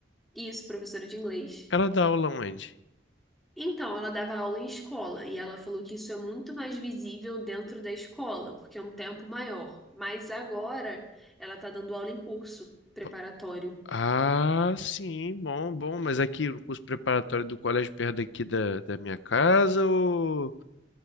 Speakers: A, in the centre; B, on the left.
A: Isso, professora de inglês.
B: Ela dá aula onde?
A: Então, ela dava aula em escola e ela falou que isso é muito mais visível dentro da escola, porque é um tempo maior. Mas agora ela está dando aula em curso preparatório.
B: Po- Ah, sim, bom, bom, mas aqui no curso preparatório do colégio perto daqui da, da minha casa ou